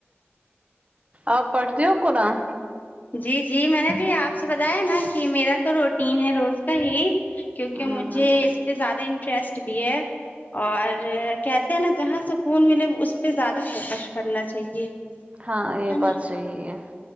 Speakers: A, on the right; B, on the left.
A: آپ پڑھتی ہو قرآن
B: جی جی میں نے بھی آپ سے بتایا ہے نا کہ میرا تو روٹین ہے روز کا ہی کیونکہ
A: ہوں
B: مجھے اس پہ زیادہ انٹرسٹ بھی ہے اور کہتے ہیں نا جہاں سکون ملے اس پہ زیادہ فوکس کرنا چاہیے
A: ہاں یہ
B: ہے نا
A: بات صحی ہے